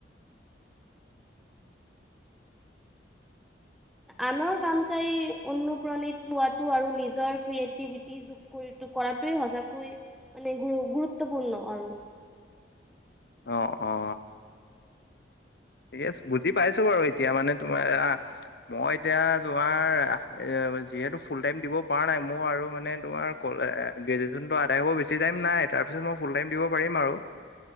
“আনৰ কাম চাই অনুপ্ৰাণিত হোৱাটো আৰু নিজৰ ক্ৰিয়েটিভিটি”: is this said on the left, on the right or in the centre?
Centre